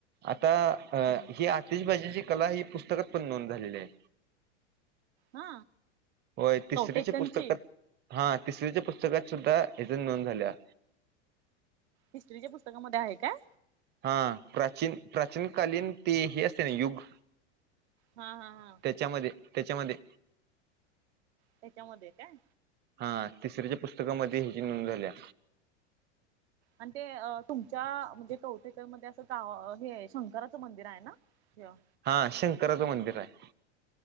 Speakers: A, on the right; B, on the right.
A: आता ह
B: हम्म
A: आ तीशबाजीची कला ही. पुस्तकात पण नोंद झालेली आहे.
B: हा
A: होय. तिसरीचे
B: कवटेकनची
A: पुस्तकात. हा. तिसरी्याच्या पुस्तकात सुद्धा. ह्याची नोंद झाल्या.
B: हिस्ट्रीच्या पुस्तकामध्ये आहे काय?
A: हा. प्राचीन प्राचीन कालीन. ते हे असते ना. युग.
B: हा हा हा.
A: त्याच्यामध्ये. त्याच्यामध्ये.
B: त्याच्यामध्ये काय?
A: हा. तिसऱ्याच्या पुस्तकामध्ये. ह्याची नोंद झाल्या.
B: अध ते अ तुमच्या. म्हणजे कवटेश्वर मध्ये असं. गाव हे शंकराचं मंदिर आहे ना. अ <unintelligible>
A: हा. शंकराचं मंदिर आहे.